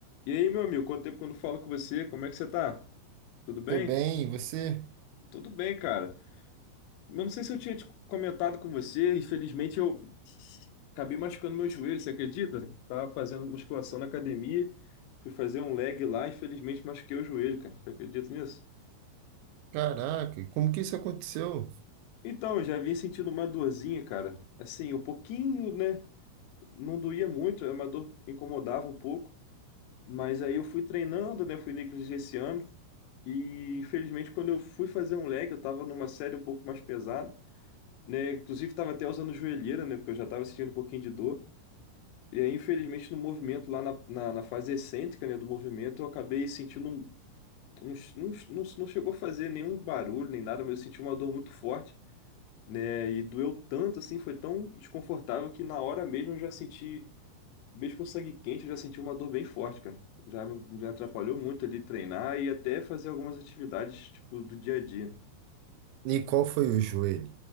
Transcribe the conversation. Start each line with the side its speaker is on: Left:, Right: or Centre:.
Left: E aí, meu amigo, quanto tempo que eu não falo com você? Como é que você tá? Tudo bem?
Right: Tô bem, e você?
Left: Tudo bem, cara. Eu não sei se eu tinha te comentado com você, infelizmente eu acabei machucando meu joelho, você acredita? Tava fazendo musculação na academia, fui fazer um leg lá, infelizmente machuquei o joelho, cara. Você acredita nisso?
Right: Caraca, como que isso aconteceu?
Left: Então, eu já vinha sentindo uma dorzinha, cara. Assim, um pouquinho, né? Não doía muito, é uma dor que incomodava um pouco. Mas aí eu fui treinando, né? Fui negligenciando. E infelizmente, quando eu fui fazer um leg, eu tava numa série um pouco mais pesada, né? Inclusive, tava até usando joelheira, né? Porque eu já tava sentindo um pouquinho de dor. E aí, infelizmente, no movimento, lá na, na, na fase excêntrica, né, do movimento, eu acabei sentindo um, um, um- Não, não chegou a fazer nenhum barulho nem nada, mas eu senti uma dor muito forte, né? E doeu tanto, assim, foi tão desconfortável que na hora mesmo eu já senti. Mesmo com sangue quente, eu já senti uma dor bem forte, cara. Já me me atrapalhou muito ali treinar e até fazer algumas atividades, tipo, do dia a dia.
Right: E qual foi o joelho?